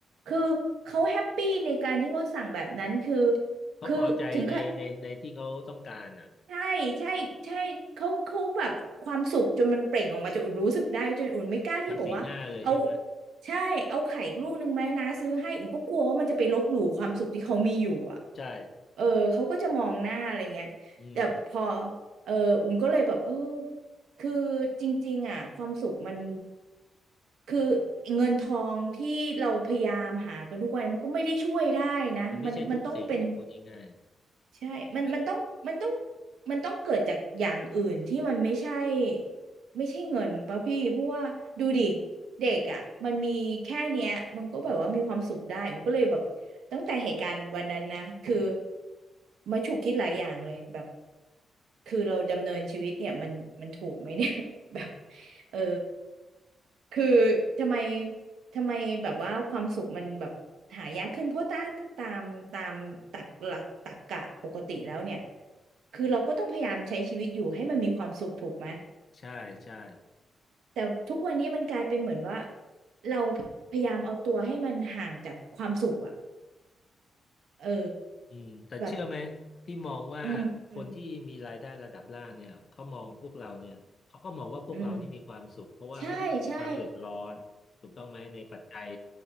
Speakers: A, on the right (about 75°); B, on the left (about 35°).
A: คือเขาแฮปปี้ในการที่เขาสั่งแบบนั้นคือ
B: เขาพอใจในในในที่เขาต้องการอ่ะ
A: คือถึงขะ ใช่ใช่ใช่เขาเขาแบบความสุขจนมันเปล่งออกมาจนอุ่นรู้สึกได้จนอุ่นไม่กล้าที่บอกว่าเอา
B: จากสีหน้าเลยใช่ไหม
A: ใช่เอาไข่ลูกนึงไหมนะซื้อให้อุ่นก็กลัวว่ามันจะไปลบหลู่ความสุขที่เขามีอยู่อ่ะ
B: ใช่
A: เออเขาก็จะมองหน้าอะไรเงี้ยแต่พอ
B: อืม
A: เอออุ่นก็เลยแบบเออคือจริงๆอ่ะความสุขมันคือเงินทองที่เราพยายามหากันทุกวันมันก็ไม่ได้ช่วยได้นะมันมันต้องเป็น
B: มันไม่ใช่ทุกสิ่งอ่ะพูดง่าย
A: ใช่มันมันต้องมันต้องมันต้องเกิดจากอย่างอื่นที่มันไม่ใช่ไม่ใช่เงินป่ะพี่เพราะว่าดูดิเด็กอ่ะมันมีแค่เนี้ยมันก็แบบว่ามีความสุขได้มันก็เลยแบบตั้งแต่เหตุการณ์วันนั้นนะ คือมาฉุกคิดหลายอย่างเลยแบบคือเราดำเนินชีวิตเนี่ยมันมันถูกไหมเนี่ย <laughs> แบบเออ คือทำไมทำไมแบบว่าความสุขมันแบบหายากขึ้นเพราะตาตามตามตักหลักตรรกะปกติแล้วเนี่ยคือเราก็ต้องพยายามใช้ชีวิตอยู่ให้มันมีความสุขถูกไหม
B: ๆใช่ใช่
A: แต่ทุกวันนี้มันกลายเป็นเหมือนว่าเราพยายามเอาตัวให้มันห่างจากความสุขอ่ะเออ
B: อืมแต่เชื่อไหมพี่มองว่าคนที่มีรายได้ระดับล่างเนี่ยเขามองพวกเราเนี่ยเขาก็มองว่าพวกเรานี่มีความสุขเพราะว่าไม่มีความเดือดร้อนถูกต้องไหมในปัจจัย
A: แบบอืมอืมอืมใช่ใช่